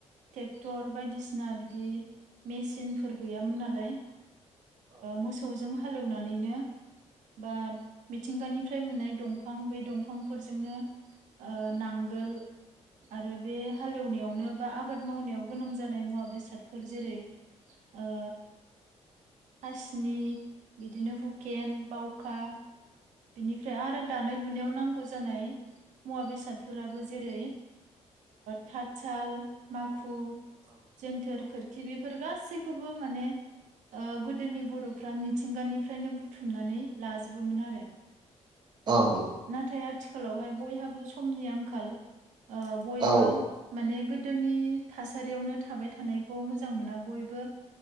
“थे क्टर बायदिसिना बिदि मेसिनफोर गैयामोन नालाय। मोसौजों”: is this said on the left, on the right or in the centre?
Right